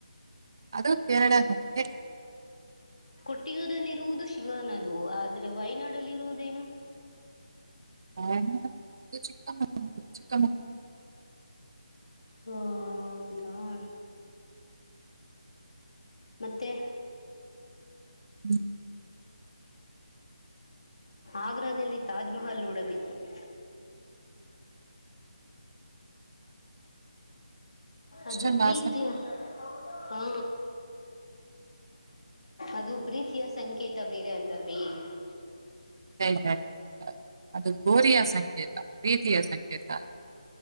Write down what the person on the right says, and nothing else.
ಅದು ಕೇರಳ ಹತ್ತಿರ <unintelligible>
ವೈನಾಡ್ ಚಿಕ್ಕಮಂಗಳೂರು ಚಿಕ್ಕ ಮಂಗಳೂರು. <unintelligible>
ಹ್ಞೂ. <unintelligible>
ಇಷ್ಟೊಂದು
ಹಾಸನ
ಎಕ್ಸಾಕ್ಟ್ ಅದು ಗೋರಿಯ ಸಂಕೇತ ಪ್ರೀತಿಯ ಸಂಕೇತ ಅಲ್ಲ. <unintelligible>